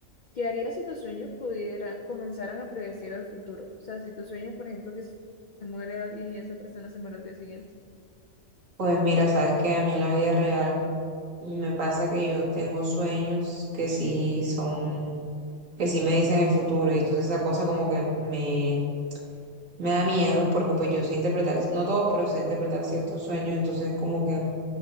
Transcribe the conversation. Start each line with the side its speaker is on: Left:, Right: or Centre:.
Left: ¿qué harías si tus sueños pudiera, comenzaran a predecir el futuro? O sea, si tus sueños, por ejemplo, que se se muere alguien y esa persona se muere al día siguiente.
Right: Pues mira, sabes que a mí en la vida real me pasa que yo tengo sueños que sí son, que sí me dicen el futuro y entonces esa cosa como que me me da miedo porque pues yo sé interpretar, no todo, pero sé interpretar ciertos sueños, entonces como que,